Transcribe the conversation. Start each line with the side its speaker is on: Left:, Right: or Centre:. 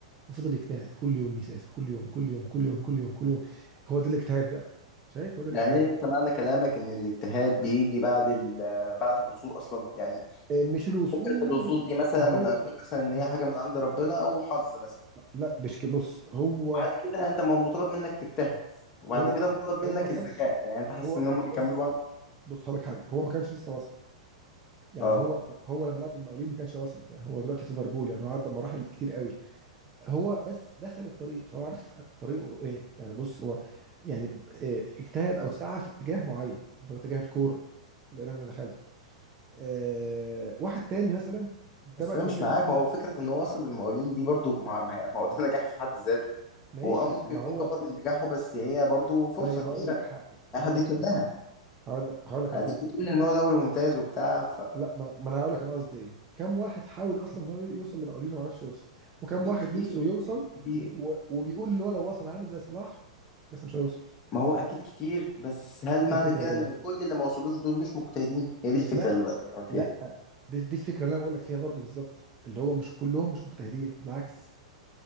Right: وفضل يجتهد كل يوم يسافر كل يوم كل يوم كل يوم كل يوم كل يوم هو ده الاجتهاد بقى شايف هو ده الاجتهاد
Left: يعني إيه؟ انت معنى كلامك ان الاجتهاد بيجي بعد ال- بعد الوصول اصلا يعني
Right: إيه، مش الوصول
Left: فكره الوصول دي مثلا
Right: ما هو
Left: هنقول مثلا ان
Right: ما
Left: هي حاجه من عند ربنا او حظ مثلا
Right: لا مش كده. بص هو
Left: بعد كده انت م- مطالب منك تجتهد وبعد
Right: هو
Left: كده مطالب
Right: هو
Left: منك
Right: ما كانش
Left: الذكاء يعني انت حاسس
Right: هو
Left: ان هم
Right: هو بص
Left: بيكملوا بعض
Right: بص هقول لك حاجه هو ما كانش لسه واصل يعني
Left: اه
Right: هو هو لما لعب في المقاولين ما كانش واصل يعني هو دلوقتي في ليفربول يعني هو عدى مراحل كتير قوي هو بس دخل الطريق فهو عارف طريقه ايه يعني بص هو يعني آه، اجتهد او سعى في اتجاه معين اللي هو اتجاه الكوره اللي انا دخلت أه واحد تاني مثلا ده
Left: بس
Right: بقى اللي
Left: انا مش
Right: بتكلم
Left: معاك
Right: فيه
Left: ما هو فكره ان هو وصل للمقاولين دي برضو ما ما- ما هو ده نجاح في حد ذاته
Right: ماشي
Left: هو اه ممكن
Right: ما
Left: يكون
Right: هو
Left: كبر من نجاحه بس هي برضو فرصه
Right: طيب
Left: كبيره
Right: هقول لك حاجه
Left: اي
Right: هقول
Left: حد
Right: لك
Left: يتمناها
Right: حاجه هقول لك هقول لك انا
Left: اديك
Right: قصدي
Left: بتقول
Right: ايه
Left: ان هو دوري ممتاز وبتاع
Right: لا ما, ما انا هقول لك انا قصدي ايه كم واحد حاول اصلا ان هو يوصل لمقاولين وما عرفش يوصل وكم
Left: فاكيد
Right: واحد
Left: كتير
Right: نفسه يوصل
Left: اكيد كتير
Right: و... وبيقول ان هو لو وصل هعمل زي صلاح بس مش هيوصل
Left: ما هو اكيد كتير بس هل
Right: دي
Left: معنى
Right: الفكره
Left: كده
Right: كلها
Left: ان كل اللي ما وصلوش دول مش مجتهدين هي دي الفكره
Right: لا
Left: اللي بقى بكلمك فيها
Right: لا دي, دي الفكره اللي انا بقول لك فيها برضه بالظبط اللي هو مش كلهم مش مجتهدين بالعكس